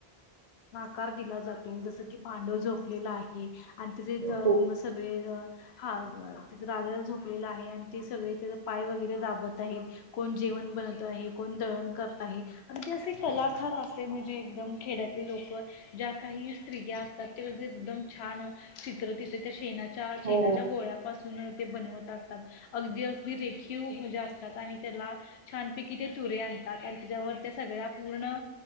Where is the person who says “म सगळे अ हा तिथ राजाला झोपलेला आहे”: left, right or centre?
Left